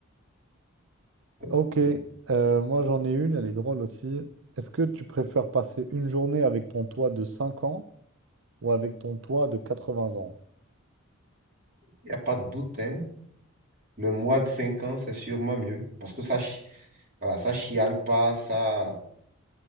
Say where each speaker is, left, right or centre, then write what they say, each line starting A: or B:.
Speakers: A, on the right; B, on the right.
A: Ok,
B: ok.
A: euh, moi j'en ai une, elle est drôle aussi. Est-ce que tu préfères passer une journée avec ton toit de 5 ans ou avec ton toit de 80 ans?
B: Il n'y a pas de doute, hein. Le mois de 5 ans, c'est sûrement mieux. Parce que ça, chi- voilà, ça chiale pas, ça...